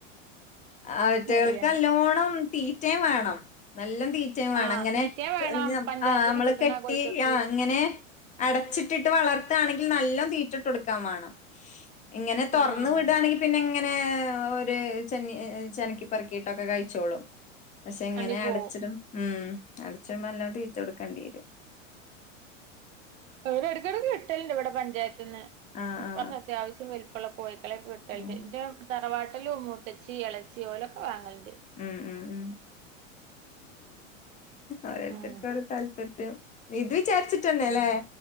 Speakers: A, on the left (about 20°); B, on the right (about 80°).
A: അവറ്റകൾക്ക്ല്ലോണം
B: അറിയാന്
A: തീറ്റയും വേണം നല്ല തീറ്റ വേണം
B: ആഹ്
A: അങ്ങനെ
B: തീറ്റയും വേണം പഞ്ചായത്ത്ന്ന്
A: ആ നമ്മള്
B: കിട്ടണ
A: കെട്ടി
B: കോഴിക്കക്ക്
A: ആ അങ്ങനെ അടച്ചിട്ടിട്ട് വളർത്തുകയാണെങ്കിൽ നല്ല തീറ്റിട്ട് കൊടുക്കാൻ വേണം ഇങ്ങനെ തുറന്ന്
B: ആഹ്
A: വിടവാണെങ്കിൽ പിന്നെ ഇങ്ങനെ ഒരു ചെെന്ന ചനക്കിപ്പറക്കിയിട്ടൊക്കെ കഴിച്ചോളൂ പക്ഷെ എങ്ങനെ
B: അണ്ടി പോവും
A: അടച്ചിടും ഉം അടച്ചിടുമ്പോ നല്ലോം തീറ്റ കൊടുക്കേണ്ടി വരും
B: ക്കിടക്ക് കിട്ടലുണ്ട് ഇവിടെ പഞ്ചായത്തന്ന്
A: ആ ആ
B: അത്യാവശ്യ ച്ച വലുപ്പുള്ള കോഴിക്കളൊക്കെ കിട്ടലുണ്ട്
A: ഉം
B: ഇന്റെ തറവാട്ടൽ മൂത്തച്ചി ഇളച്ചി ഓലൊക്കെ വാങ്ങലുണ്ട്
A: ഉം ഉം ഓരോരുത്തർക്കും
B: ഉം
A: ഓരോ താല്പര്യം ഇത് വിചാരി <unintelligible> ച്ചിട്ട ഇഷ്ട്ടവില്ല അല്ല
B: ഉം